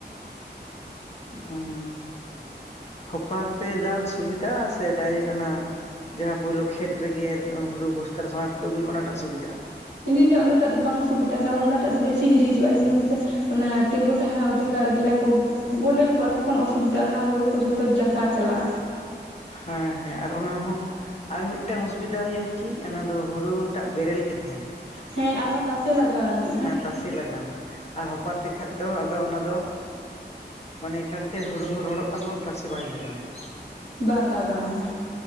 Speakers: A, on the left; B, on the left.
A: ᱦᱩᱸ ᱦᱚᱯᱟᱨ ᱛᱮ ᱫᱟᱞ ᱥᱩᱵᱤᱫᱟ ᱥᱮ ᱰᱟᱭᱨᱮᱴ ᱚᱱᱟ ᱾ ᱡᱟᱦᱟᱸ ᱯᱩᱭᱞᱳ ᱠᱷᱮᱛ ᱨᱮᱜᱮ ᱦᱩᱲᱩ ᱵᱚᱥᱛᱟ ᱨᱮ ᱥᱟᱸᱵᱟᱣ ᱠᱟᱛᱮ ᱠᱚ ᱟᱹᱜᱩᱭᱟ ᱚᱱᱟᱴᱟᱜ ᱥᱩᱵᱤᱫᱟᱜᱼᱟ ᱾
B: ᱤᱧᱫᱩᱧ ᱞᱟᱹᱭᱟ ᱚᱱᱟᱴᱟᱜ ᱫᱚ ᱵᱟᱝ ᱥᱩᱵᱤᱫᱟ ᱠᱟᱨᱚᱱ ᱚᱱᱟᱴᱟᱜ ᱫᱚ ᱵᱮᱥᱤ ᱦᱤᱨᱤᱡᱚᱜᱼᱟ, ᱧᱮᱞ ᱢᱮᱥᱮ ᱚᱱᱟ ᱛᱮᱸᱜᱳ ᱛᱟᱦᱮᱱᱟ ᱚᱫᱫᱷᱮᱠᱟᱜ ᱜᱮᱞᱮ ᱠᱚ ᱜᱚᱸᱰᱮᱞ ᱠᱚᱜᱼᱟ ᱛᱚᱠᱷᱚᱱ ᱚᱥᱩᱵᱤᱛᱟᱜ ᱚᱱᱟ ᱦᱩᱲᱩ ᱠᱚ ᱡᱷᱚᱛᱚ ᱡᱟᱠᱟ ᱪᱟᱞᱟᱜ ᱾
A: ᱦᱮᱸ ᱦᱮᱸ ᱟᱨ ᱚᱱᱟ ᱦᱚᱸ ᱟᱨ ᱢᱤᱫᱴᱟᱝ ᱚᱥᱩᱵᱤᱫᱟ ᱦᱩᱭᱩᱜᱩᱜᱼᱟ ᱪᱤᱫ ᱚᱱᱟ ᱫᱚ ᱦᱳᱲᱩ ᱴᱟᱜ ᱵᱮᱨᱮᱞ ᱜᱮ ᱛᱟᱦᱮᱱᱟ ᱾
B: ᱦᱮᱸ ᱟᱨᱦᱚ ᱛᱟᱥᱮ ᱞᱟᱜᱟᱣ ᱟᱱᱤᱜᱼᱟ ᱾
A: ᱛᱟᱥᱮ ᱞᱟᱜᱟᱣ ᱢᱮ ᱟᱨ ᱦᱚᱯᱟᱨ ᱛᱮᱠᱷᱟᱡ ᱫᱚ ᱟᱫᱚ ᱚᱱᱟ ᱫᱚ, ᱢᱟᱱᱮ ᱮᱠᱟᱞᱛᱮ ᱦᱩᱲᱩ ᱦᱚᱸ ᱨᱚᱲᱚᱜ ᱠᱟᱱ ᱛᱟᱢᱟ ᱛᱟᱥᱮ ᱵᱟᱭ ᱞᱟᱜᱟᱣ ᱢᱮ,
B: ᱵᱟᱝ ᱞᱟᱜᱟᱣ ᱟᱢᱟ,